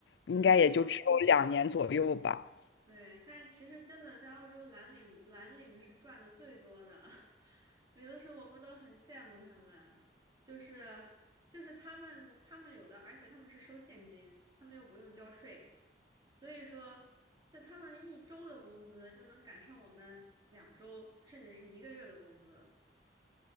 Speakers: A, on the right (about 25°); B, on the left (about 75°).
A: 嗯。
B: 应该也就只有两年左右吧。
A: 对，但其实真的在澳洲蓝领，蓝领是赚的最多的，<laughs> 有的时候我们都很羡慕他们，就是就是他们他们有的，而且他们是收现金，他们又不用交税，所以说就他们一周的工资就能赶上我们两周甚至是一个月的工资，